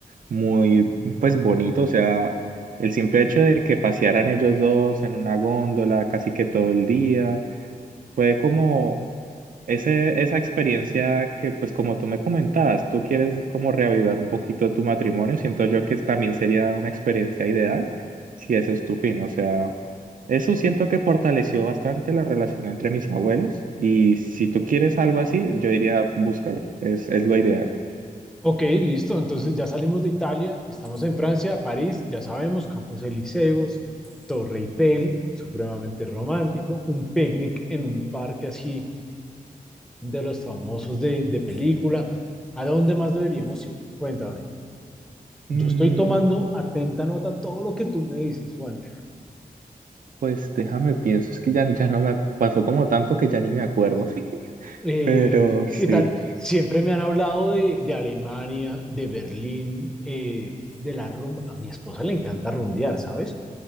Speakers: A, on the right (about 65°); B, in the centre.
A: muy pues bonito, o sea, el simple hecho de que pasearan ellos dos en una góndola casi que todo el día fue como ese, esa experiencia que, pues como tú me comentabas, tú quieres como reavivar un poquito tu matrimonio, siento yo que también sería una experiencia ideal si ese es tu fin. O sea, eso siento que fortaleció bastante la relación entre mis abuelos y si tú quieres algo así, yo diría, búscalo, es, es lo ideal.
B: Ok, listo. Entonces ya salimos de Italia, estamos en Francia, París, ya sabemos, Campos Elíseos, Torre Eiffel, supremamente romántico, un picnic en un parque así de los famosos de, de película. ¿A dónde más deberíamos ir? Cuéntame. Yo
A: Mm,
B: estoy tomando atenta nota todo lo que tú me dices, Juan.
A: pues déjame pienso, es que ya, ya no me pasó como tanto que ya ni me acuerdo, <laughs>
B: Eh,
A: pero sí.
B: ¿qué tal? Siempre me han hablado de, de Alemania, de Berlín, eh, de la rumba. A mi esposa le encanta rumbear, ¿sabes?